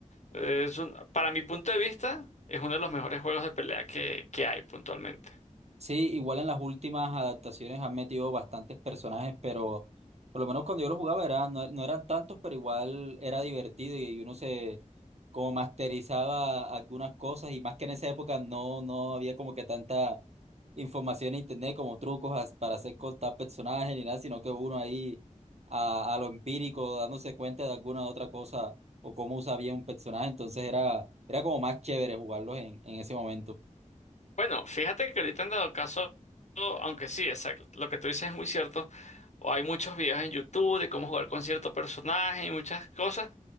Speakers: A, on the left (about 65°); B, on the right (about 55°).
A: Es un- para mi punto de vista, es uno de los mejores juegos de pelea que, que hay puntualmente.
B: Sí, igual en las últimas adaptaciones han metido bastantes personajes, pero por lo menos cuando yo lo jugaba era, no, no eran tantos, pero igual era divertido y uno se como masterizaba algunas cosas y más que en esa época no, no había como que tanta información en internet como trucos as- para hacer con tal personaje ni nada, sino que uno ahí a, a lo empírico dándose cuenta de alguna otra cosa o cómo usa bien un personaje, entonces era, era como más chévere jugarlos en, en ese momento.
A: Bueno, fíjate que ahorita han dado caso, aunque sí, exacto, lo que tú dices es muy cierto. O hay muchos videos en YouTube de cómo jugar con cierto personaje y muchas cosas.